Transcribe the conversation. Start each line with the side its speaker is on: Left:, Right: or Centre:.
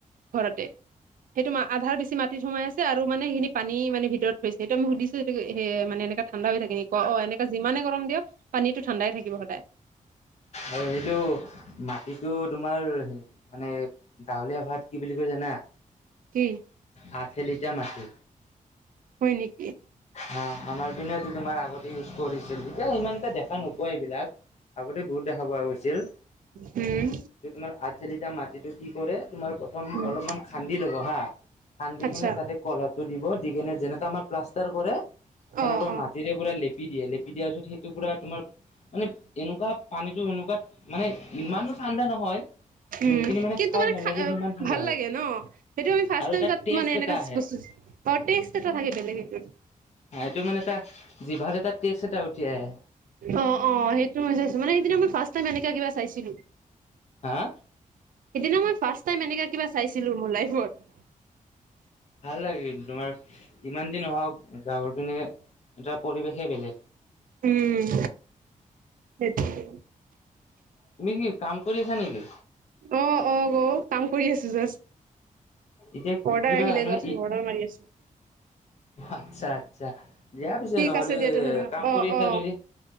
Right: ঘৰতে, সেইটো মা আধাৰ বেছি মাটি টিত সোমাই আছে আৰুা মানে সেইখিনি পানী মানে ভিতৰত থৈছে, ত' আমি সুধিছোঁ সেইটো সে সেনেকা ঠাণ্ডা থাকেি অ', অ' এনেকে যিমানে গৰম দিয়ক পানীটো ঠাণ্ডাই থাকিব সদায়।
Left: আৰু এইটো মাটিটো তোমাৰ হে মানে গাঁৱলীয়া ভাষাত কি বুলি কৈ জানা,
Right: কি
Left: হাতে লিটাৰ মাটি।
Right: হয় নেকি?
Left: হা, আমাৰ পিনেতো তোমাৰ আগত ইউজ কৰিছিল। তেতিয়া সিমান এটা দেখা নোপোৱা এইবিলাক, আগতে বহুত দেখা পোৱা গৈছিল।
Right: উম।
Left: তোমাৰ আঠ <unintelligible> মাটিটো কি কৰে, তোমাৰ প্ৰথম
Right: হুম
Left: অলপমান খান্দি ল'ব হা খান্দি
Right: আচ্ছা
Left: কেনে তাতে কলহটো দিব দি কেনে যেনেকে আমাৰ প্লাষ্টাৰ কৰে সেনেকুৱা
Right: অ, অ,
Left: মাটিৰে পুৰা লেপি দিয়ে, লেপি দিয়াৰ পিছত সেইটো পুৰা তোমাৰ মানে এনেকুৱা পানীটো এনেকুৱা মানে ইমানো ঠাণ্ডা নহয়। যোনখিনি
Right: উম কিন্তু
Left: খাই
Right: মানে
Left: ভাল লাগে সিমান ঠাণ্ডা
Right: ভাল
Left: হয়
Right: লাগে ন সেইটো আমি ফাৰ্ষ্ট
Left: আৰু
Right: টাইম
Left: এটা
Right: তাত
Left: টেষ্ট
Right: মানে এনেকা
Left: এটা আহে।
Right: বস্তু অ টষ্ট এটা থাকে বেলেগে এটা।
Left: হ এইটো মানে এটা যিভাত এটা টেষ্ট এটা উঠি আহে।
Right: অঁ অঁ সেইটো মই চাইছো, মানে এইদিনা মই ফাৰ্ষ্ট টাইম এনেকা কিবা চাইছিলো।
Left: হা হা?
Right: সেইদিনা মই ফাৰ্ষ্ট টাইম এনেকা কিবা চাইছিলো মোৰ লাইফত।
Left: ভাল লাগে কিন্তু তোমাৰ যিমান যি নহওক গাঁওৰ পিনে এটা পৰিৱেশে বেলেগ।
Right: উম সেইটোৱে।
Left: তুমি কি কাম কৰি আছা নেকি?
Right: অ অ গ' কাম কৰি আছো জাষ্ট।
Left: এতিয়া
Right: অৰ্ডাৰ
Left: কিবা
Right: আহিলে
Left: মানে
Right: জাষ্ট অৰ্ডাৰ মাৰি আছো।
Left: আচ্ছা আচ্ছা, দিয়া পিছে
Right: ঠিক
Left: নহ'লে
Right: আছে দিয়া তেনেহ'লে
Left: কাম
Right: অ,
Left: কৰি আছা
Right: অ,
Left: যদি।